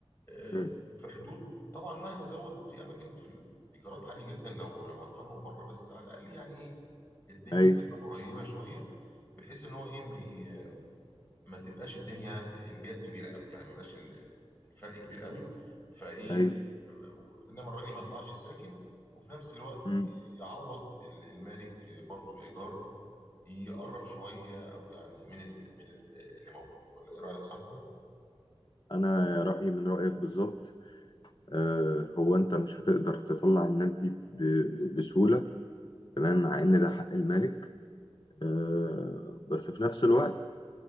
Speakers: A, on the left; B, on the left.
A: آه،
B: مم.
A: في حدود طبعا مهما زود في اماكن في الايجارات عاليه جدا لو لو هتقارنه بره بس على الاقل يعني ايه الدنيا
B: ايوه
A: تبقى قريبه شويه بحيث ان هو ايه ما ي... ما تبقاش الدنيا الجاب كبيره قوي يعني ما يبقاش ال- الفرق كبير قوي فايه
B: ايوه
A: آه، انما الراجل ما يطلعش ساكن وفي نفس الوقت
B: مم.
A: ي- يعوض ال- المالك برضه بايجار يقرب شويه او يعني من ال من ال اللي موجود ولا ايه رايك صح كده؟
B: انا رايي من رايك بالظبط آه هو انت مش هتقدر تطلع الناس دي ب- بسهوله تمام مع ان ده حق المالك آه بس في نفس الوقت